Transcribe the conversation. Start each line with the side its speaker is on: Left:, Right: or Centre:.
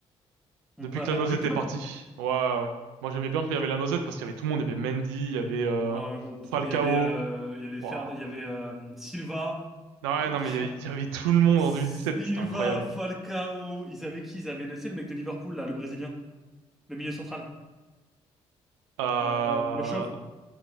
Centre: Donc,
Right: Depuis
Centre: pour la
Right: que
Centre: fan
Right: la Noisette
Centre: du club,
Right: est partie. Ouais, ouais. ouais. Moi, j'aimais bien qu'il y avait la Noisette parce qu'il y avait tout le monde. Il y avait Mendy, il y avait euh,
Centre: euh, gros, Bru-
Right: Falcao.
Centre: il y avait, euh, il y avait,
Right: Waouh.
Centre: Ferd- il y avait euh, Silva,
Right: Non, ouais,
Centre: Br-
Right: non, mais il y avait il
Centre: <laughs>
Right: y avait tout le monde
Centre: Silva,
Right: en 2017. C'était incroyable.
Centre: Falcao, ils avaient qui? Ils avaient, le- c'est le mec de Liverpool, là, le Brésilien, le milieu central,
Right: Euh...
Centre: Euh, le chauve.